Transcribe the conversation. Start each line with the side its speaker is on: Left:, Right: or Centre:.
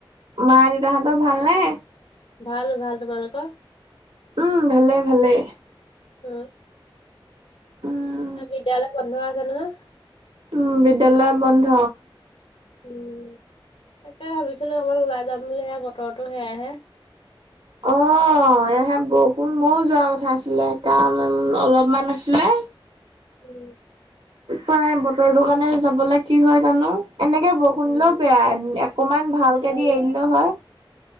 Right: মা দেউতাহঁতৰ ভালনে
Left: ভাল ভাল তোমালোকৰ
Right: উম ভালে ভালে
Left: অ
Right: উম
Left: অ বিদ্যালয় বন্ধ আছে নহয়
Right: উ বিদ্যালয় বন্ধ
Left: উম তাকে ভাবিছিলো অকমান ওলাই যাম বুলিহে য়া বতৰো সেয়াহে
Right: অ মহে বহুত ময়ো যোৱা কথা আছিলে কাম অলপমান আছিলে
Left: উম
Right: প্ৰাই বতৰ টো কাৰানে যাবলে কি হয় জানো এনেকে ব শুনলও
Left: উম
Right: বেয়া অকমান ভালকে
Left: বেয়া
Right: দি
Left: বেয়া
Right: এৰিলে হয়